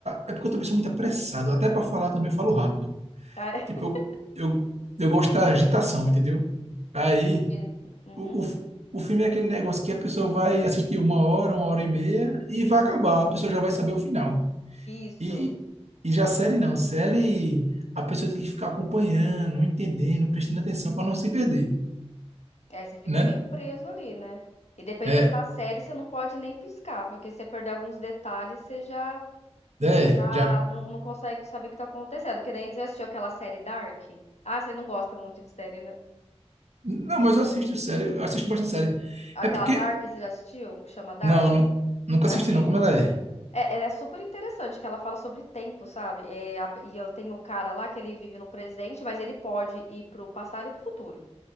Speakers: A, on the right (about 80°); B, on the left (about 80°).
A: É porque eu também sou muito apressado. Até para falar também eu falo rápido.
B: tá? <laughs>
A: Tipo, eu, eu, eu gosto da agitação, entendeu? Aí,
B: Entendi. Uhum.
A: o, o, o filme é aquele negócio que a pessoa vai assistir uma hora, uma hora e meia e vai acabar. A pessoa já vai saber o final.
B: Isso.
A: E, e já série não. Série, a pessoa tem que ficar acompanhando, entendendo, prestando atenção para não se perder,
B: É, você fica
A: né?
B: meio preso ali, né? E dependendo
A: É,
B: da série, você não pode nem piscar, porque se você perder alguns detalhes, você já,
A: é,
B: você já
A: já
B: não, não consegue saber o que tá acontecendo. Que nem, já assistiu aquela série Dark? Ah, você não gosta muito de série, né?
A: Não, mas eu assisto série, eu assisto bastante série.
B: Aquela
A: É porque.
B: Dark, você já assistiu? Que chama Dark?
A: Não, nu- nunca assisti,
B: Assim,
A: não. Como ela é?
B: é, ela é super interessante, que ela fala sobre tempo, sabe? É, a- e eu tenho um cara lá que ele vive no presente, mas ele pode ir pro passado e pro futuro.